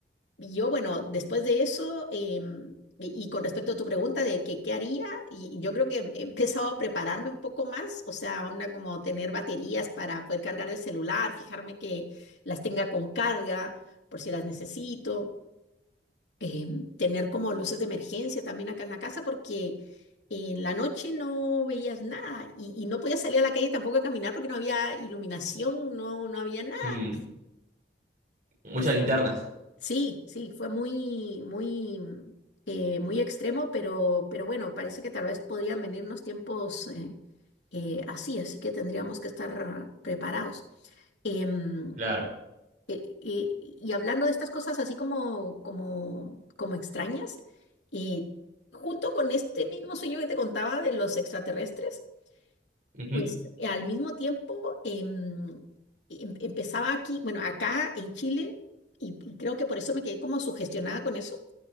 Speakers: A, on the left (about 90°); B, on the right (about 45°).
A: yo, bueno, después de eso, em, y, y con respecto a tu pregunta de que qué haría, y, y yo creo que he empezado a prepararme un poco más, o sea, onda como tener baterías para poder cargar el celular, fijarme que las tenga con carga por si las necesito eh, tener como luces de emergencia también acá en la casa porque en la noche no veías nada y, y no podías salir a la calle tampoco a caminar porque no había iluminación, no, no había nada.
B: Mm, muchas
A: As-
B: linternas,
A: Sí, sí, fue muy, muy, mm, eh, muy extremo, pero, pero bueno, parece que tal vez podrían venirnos tiempos eh, eh, así, así que tendríamos que estar preparados. Em,
B: claro.
A: eh, eh, y hablando de estas cosas así como, como, como extrañas, y junto con este mismo sueño que te contaba de los extraterrestres,
B: Ujú.
A: pues eh, al mismo tiempo em, em- empezaba aquí, bueno, acá en Chile, y, y creo que por eso me quedé como sugestionada con eso,